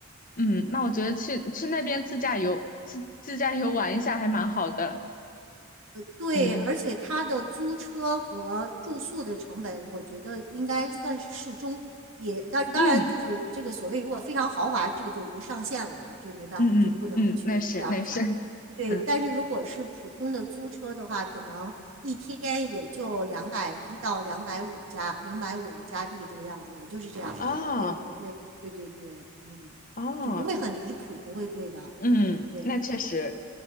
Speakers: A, on the left; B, on the right.
A: 嗯，那我觉得去去那边自驾游，
B: 嗯，
A: 自自驾游玩一下还蛮好的。
B: 对，
A: 嗯
B: 而且它的租车和住宿的成本，我觉得应该算是适中。也，当当然就是这个所谓如果非常豪华，
A: 嗯
B: 这个就无上限了嘛，就没办法就不能去这样讲。
A: 嗯嗯嗯，那是那是，
B: 对，
A: 嗯，
B: 但是如果是普通的租车的话，可能一天也就两百一到两百五加零百五加币这个样子，也就是这样了，
A: 哦
B: 也不会，对对对，嗯，
A: 哦，
B: 就不会很离谱，不会贵的，
A: 嗯，
B: 对。
A: 那确实，